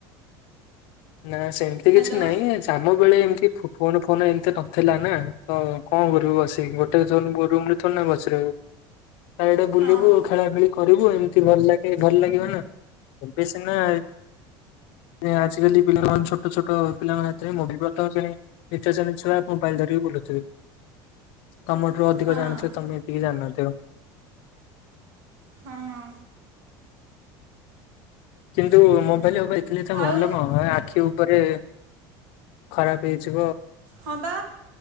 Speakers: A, on the left (about 60°); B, on the right (about 70°).
A: ନା ସେମିତି
B: ହ୍ୟାଲୋ
A: କିଛି ନହିଁ ଆମ ବେଳେ ଏମିତି ଫୋନ ଫୋନ ଏମତି ନଥିଲା ନା ତ କଣ କରିବୁ ବସିକି ଗୋଟେ ମୋ ରୁମ ରେ ଥ ନା ବସ ତା ଏଡେ
B: ହଁ
A: ବୁଲିବୁ ଖେଳା ଖେଳି କରିବୁ ଏମିତି ଭଲ ଲେ ଭଲ ଲାଗିବ ନା ଏବେ ସେ ନା ଆଜଜିିକାଲି ପିଲାମାନେ ଛୋଟ ଛୋଟ ପିଲାଙ୍କ ହାତରେ ମୁଁ ବି ପ୍ରଥମ ଶ୍ରେଣୀ ନିତ ଶ୍ରେଣୀ ଛୁଆ ମୋବାଇଲ ଧରରିିକି ବୁଲୁଥିବି ତମଠୁ ଅଧିକ
B: ହଁ
A: ଜାଣିଥିବ ତମେ ଏତିକି ଜାନିନଥିବ।
B: ହଁ
A: କିନ୍ତୁ ମୋ କହ ହ ଏଥିଲି ତ
B: ଆଉ
A: ଭଲ କଣ ଆଖିଉ ପରେ ଖରାପ ହେଇଛି।
B: ହବା